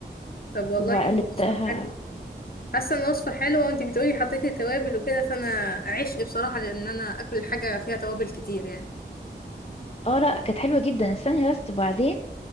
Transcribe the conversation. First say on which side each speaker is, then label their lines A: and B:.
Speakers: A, on the left (about 55°); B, on the left (about 35°).
A: طب والله
B: وقلبتها
A: وصفة حلوة حاسة ان وصفة حلوة وانتي بتقولي حطيتي توابل وكده فانا عشق بصراحة لان انا اكل حاجة فيها توابل كتير يعني
B: اه لا كانت حلوة جدا استني بس وبعدين